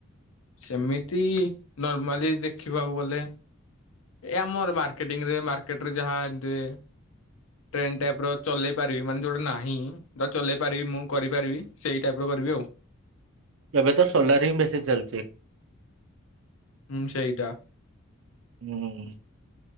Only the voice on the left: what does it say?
ସେମିତି ନର୍ମାଲି ଦେଖିବାକୁ ଗଲେ ଏ ଆମର ମାର୍କେଟିଂ ରେ ମାର୍କେଟ ରେ ଯାହା ଏମିତି ହୁଏ। ଟ୍ରେନ୍ ଟାଇପ୍ ର ଚଲେଇ ପାରିବି, ମାନେ ଯୋଉଟା ନାହିଁ ତ ଚଲେଇ ପାରିବି ମୁଁ କରିପାରିବି ସେଇ ଟାଇପିର କରିବି ଆଉ।
ହୁଁ ସେଇଟା